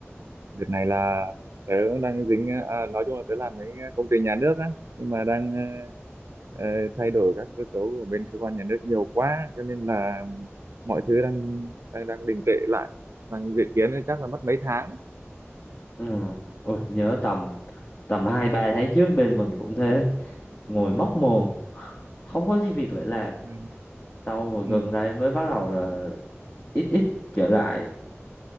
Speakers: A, on the right; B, on the left.
A: Đợt này là tớ đang dính à, nói chung là tớ làm mấy công ty nhà nước á nhưng mà đang ờ, ờ, thay đổi các cơ cấu của bên cơ quan nhà nước nhiều quá cho nên là mọi thứ đang đang đang đình trệ lại đang dự kiến là chắc là mất mấy tháng
B: Ừ. Ôi nhớ tầm tầm hai ba tháng trước bên mình cũng thế ngồi móc mồm không có gì việc để làm
A: ừ.
B: sau rồi gần
A: Ừ.
B: đây mới bắt đầu là ít ít trở lại